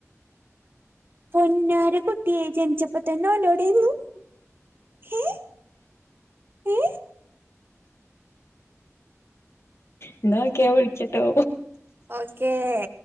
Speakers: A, on the right; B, on the left.
A: പൊന്നാര കുട്ട്യേ ജൻച്ചപ്പോ തന്നോൻ ഓടെന്നു എ എ
B: എന്നാ ഒക്കെ വിളിക്കട്ടോ
A: ഓക്കേ